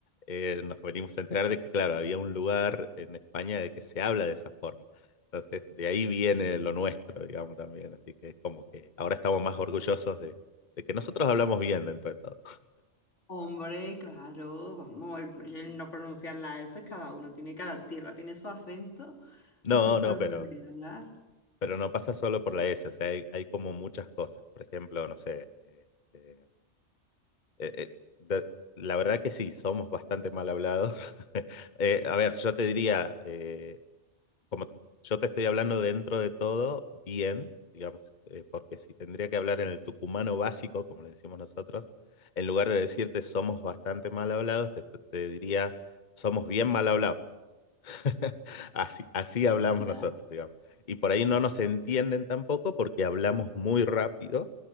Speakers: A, on the left (about 45°); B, on the left (about 85°).
A: eh, nos venimos a enterar de que, claro, había un lugar en España de que se habla de esa forma. Entonces, de ahí viene lo nuestro, digamos, también. Así que es como que ahora estamos más orgullosos de, de que nosotros hablamos bien dentro de todo.
B: Hombre, claro, vamos, el, el no pronunciar las S, cada uno tiene, cada tierra tiene su acento
A: No,
B: y su forma
A: no, pero,
B: de hablar.
A: pero no pasa solo por la S, o sea, hay, hay como muchas cosas. Por ejemplo, no sé, eh, eh, eh, eh, de- la verdad que sí, somos bastante mal hablados. <laughs> Eh, a ver, yo te diría, eh, como yo te estoy hablando dentro de todo, bien, digamos, eh, porque si tendría que hablar en el tucumano básico, como le decimos nosotros, en lugar de decirte somos bastante mal hablados, te, te- te diría somos bien mal hablados. <laughs> Así, así hablamos
B: Ya.
A: nosotros, digamos. Y por ahí no nos entienden tampoco porque hablamos muy rápido